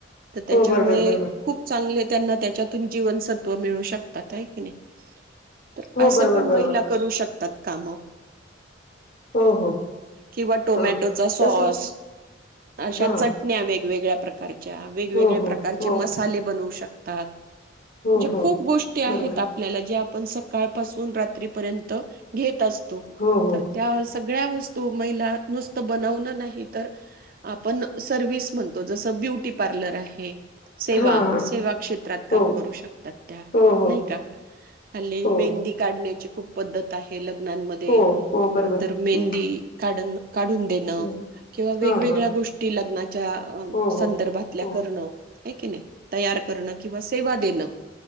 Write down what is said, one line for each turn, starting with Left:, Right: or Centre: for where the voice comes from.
Right: तर त्याच्यामुळे
Left: हो बरोबर बरोबर
Right: खूप चांगले त्यांना त्याच्यातून जीवनसत्व मिळू शकतात. हाय की नाही. तर
Left: हो
Right: असं
Left: बरोबर
Right: पण
Left: बरोबर
Right: महिला करू शकतात. काम.
Left: हो हो.
Right: किंवा टोमॅटोचा
Left: हा
Right: सॉस
Left: तसच
Right: अशा
Left: हा
Right: चटण्या वे वेगवेगळ्या प्रकारे. वेगवेगळ्या
Left: हो हो
Right: प्रकारचे
Left: हो
Right: मसाले बनवू शक तात.
Left: हो
Right: जे
Left: हो
Right: खूप गोष्टी आहेत
Left: बरोबर
Right: आपल्याला जे आप पण सकाळ पाासून रात्रीपर्यंत घेत असतो.
Left: हो हो
Right: तर त्यास सगळ्या वस्त तो महिला नुस बनवन नही तर आपण सर्व्हिस म्हणतो. जसं ब्युटी पार्लर आहे. सेवा
Left: हा हा
Right: सेवा क्षेत्रात काम
Left: हो
Right: करू शकतात त्या
Left: हो हो
Right: नाही का, हल्ली
Left: हो
Right: मेहंदी काढण्याची खूप पद्धत आहे. हे लग्नांमध्ये.
Left: हो हो बरोबर
Right: तर मेहंदी
Left: हम्म
Right: काढून काढून देणं
Left: हम्म
Right: किंवा वेगवेगळ्या
Left: हा हा
Right: गोष्टी लग्ना च्या
Left: हो
Right: संदर्भातल्या
Left: हो हो
Right: करणं आहे की नाही तयार. करणं किंवा सेवा देणं,